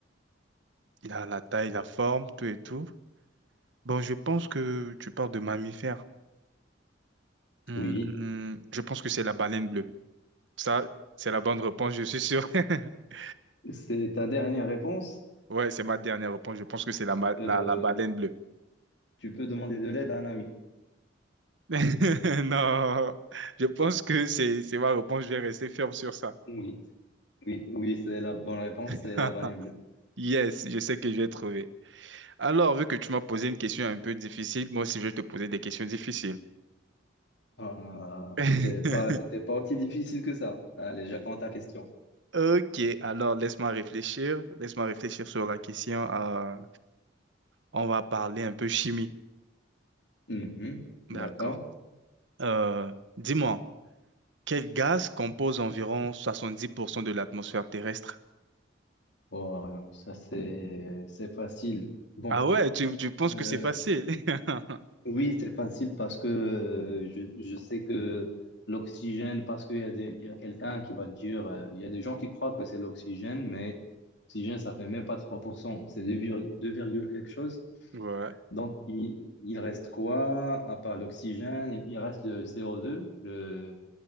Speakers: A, on the right (about 70°); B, on the left (about 65°).
A: il a la taille, la forme, tout et tout. Bon, je pense que tu parles de mammifères. Hmm,
B: Oui,
A: je pense que c'est la baleine bleue. Ça, c'est la bonne réponse, je suis sûr. <laughs>
B: c'est ta dernière réponse.
A: Ouais, c'est ma dernière réponse. Je pense que c'est la, ma-
B: Euh,
A: la, la baleine bleue.
B: tu peux demander de l'aide à un ami.
A: <laughs> Non, je pense que c'est, c'est ma réponse. Je vais rester ferme sur ça.
B: Oui, oui, oui, c'est la bonne réponse,
A: <laughs>
B: c'est la banane bleue.
A: Yes, je sais que je vais trouver. Alors, vu que tu m'as posé une question un peu difficile, moi aussi je vais te poser des questions difficiles.
B: Ah,
A: <laughs>
B: c'est pas, c'était pas aussi difficile que ça. Allez, j'attends ta question.
A: Ok, alors laisse-moi réfléchir. Laisse-moi réfléchir sur la question. euh, on va parler un peu chimie.
B: Mhm, d'accord.
A: D'accord. Euh, dis-moi. Quel gaz compose environ 70% de l'atmosphère terrestre?
B: Bon, euh, ça c'est, c'est facile. Bon,
A: Ah ouais, tu, tu penses
B: euh,
A: que c'est facile? <laughs>
B: Oui, c'est facile parce que euh, je, je sais que l'oxygène, parce qu'il y a des, il y a quelqu'un qui va dire, euh, il y a des gens qui croient que c'est l'oxygène, mais l'oxygène, ça fait même pas 3%, c'est 2, vir- 2 virgule quelque chose.
A: Ouais.
B: Donc, il, il reste quoi à part l'oxygène? Il reste le CO2, le,